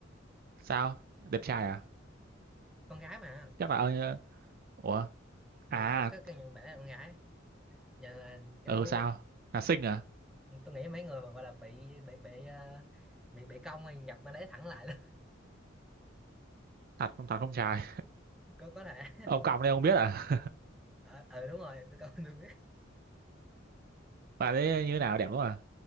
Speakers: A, on the right; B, in the centre.
A: sao đẹp trai à
B: con gái mà
A: chắc là ông ờ, ủa à
B: ừ, có cái căn nhận bạn ấy là con gái Nhờ là kiểu
A: ừ sao là xinh à
B: tôi nghĩ mấy người mà gọi là bị bị bị ờ, bị bị cong thì gặp bạn ấy thẳng lại luôn
A: thật không thật không trai
B: <laughs> có có thể
A: ông còng đây ông biết à
B: ờ ừ, đúng rồi tôi cong tôi biết
A: bà đấy như thế nào đẹp lắm à